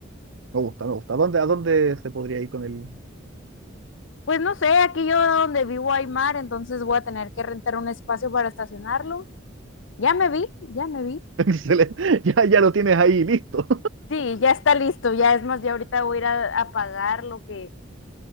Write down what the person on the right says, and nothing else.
me gusta, me gusta. ¿A dónde, a dónde se podría ir con el...
<laughs> Excelente. Ya, ya lo tienes ahí, listo.